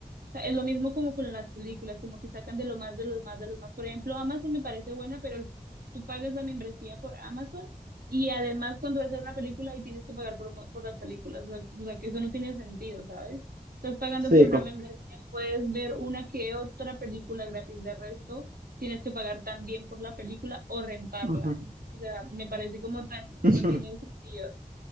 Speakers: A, on the right; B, on the right.
A: sea, es lo mismo como con las películas, como que sacan de lo más, de los más, de los más. Por ejemplo, Amazon me parece buena, pero tú pagas la membresía por Amazon y además cuando vas a ver una película y tienes que pagar por, mo- por las películas. O sea, o sea, que eso no tiene sentido, ¿sabes? Estás pagando
B: Sí,
A: por una
B: con...
A: membresía y puedes ver una que otra película gratis. De resto, tienes que pagar también por la película o rentarla.
B: ujú, <laughs>
A: O sea, me parece como tan,
B: ujú.
A: no tiene sentido.